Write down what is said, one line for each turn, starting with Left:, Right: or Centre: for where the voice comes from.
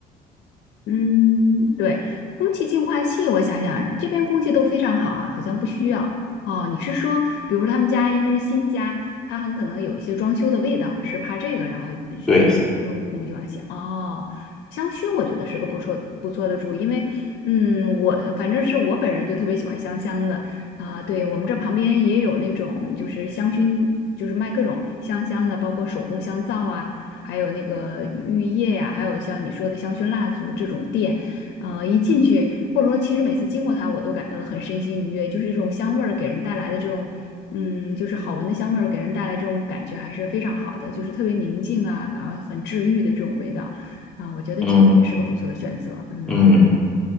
Left: 嗯，对，空气净化器，我想想，这边空气都非常好啊，好像不需要。哦，你是说，比如说他们家因为是新家，他很可能有一些装修的味道，是怕这个，然后呃
Centre: 对，
Left: 用空气净化器。哦，香薰我觉得是个不错不错的主意，因为嗯，我反正是我本人就特别喜欢香香的啊，对，我们这旁边也有那种就是香薰。就是卖各种香香的，包括手工香皂啊，还有那个浴液呀、还有像你说的香薰蜡烛这种店，呃，一进去或者说其实每次经过它，我都感到很身心愉悦，就是这种香味儿给人带来的这种。嗯，就是好闻的香味儿给人带来这种感觉还是非常好的，就是特别宁静啊，感到很治愈的这种味道啊，我觉得这个也是个不错的选择。
Centre: 嗯
Left: 嗯。
Centre: 嗯。